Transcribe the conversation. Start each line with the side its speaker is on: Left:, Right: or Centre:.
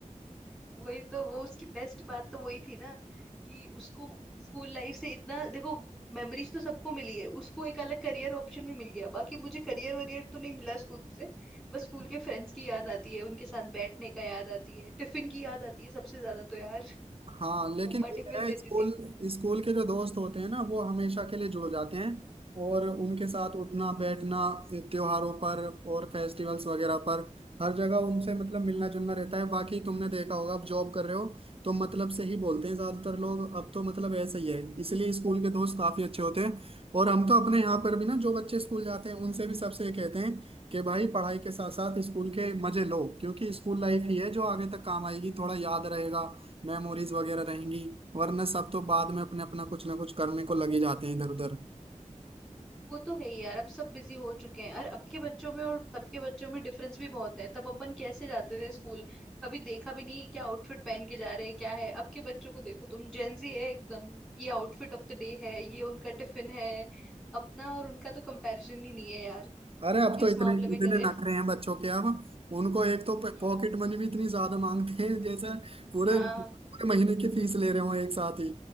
Centre: वही तो वो उसकी बेस्ट बात तो वही थी ना कि उसको स्कूल लाइफ से इतना देखो मेमोरीज तो सबको मिली है उसको एक अलग करियर ऑप्शन भी मिल गया बाकी मुझे करियर वरियर तो नहीं मिला स्कूल से बस
Right: <laughs>
Centre: स्कूल के फ्रेंड्स की याद आती है उनके साथ बैठने का याद आती है टिफिन की याद आती है सबसे ज्यादा तो यार <laughs>
Right: हाँ लेकिन
Centre: मम्मा
Right: ये
Centre: टिफिन
Right: है
Centre: देती
Right: स्कूल
Centre: थी
Right: स्कूल के जो दोस्त होते हैं ना वो हमेशा के लिए जुड़ जाते हैं और उनके साथ उठना बैठना त्योहारों पर और फेस्टिवल्स वगैरह पर हर जगह उनसे मतलब मिलना जुलना रहता है बाकी तुमने देखा होगा अब जॉब कर रहे हो तो मतलब से ही बोलते हैं ज्यादातर लोग अब तो मतलब ऐसा ही है इसलिए स्कूल के दोस्त काफी अच्छे होते हैं और हम तो अपने यहाँ पर भी ना जो बच्चे स्कूल जाते हैं उनसे भी सबसे ये कहते हैं कि भाई पढ़ाई के साथ साथ स्कूल के मजे लो क्योंकि स्कूल लाइफ ही है जो आगे तक काम आएगी थोड़ा याद रहेगा मेमोरीज वगैरह रहेंगी वरना सब तो बाद में अपने अपना कुछ ना कुछ करने को लगे जाते हैं इधर उधर
Centre: वो तो है ही यार अब सब बिजी हो चुके हैं और अब के बच्चों में और तब के बच्चों में डिफरेंस भी बहुत है तब अपन कैसे जाते थे स्कूल कभी देखा भी नहीं क्या आउटफिट पहन के जा रहे हैं क्या है अब के बच्चों को देखो तुम जेंजी है एकदम ये आउटफिट ऑफ द डे है ये उनका टिफिन है अपना और उनका तो कंपैरिजन ही नहीं है यार
Right: अरे अब
Centre: किस
Right: तो इतने
Centre: मामले में
Right: इतने
Centre: करें
Right: नखरे हैं बच्चों के अब उनको एक तो
Centre: हम्म
Right: पॉकेट मनी भी इतनी ज्यादा मांगते हैं जैसे पूरे
Centre: हाँ
Right: पूरे महीने की फीस ले रहे हो एक साथ ही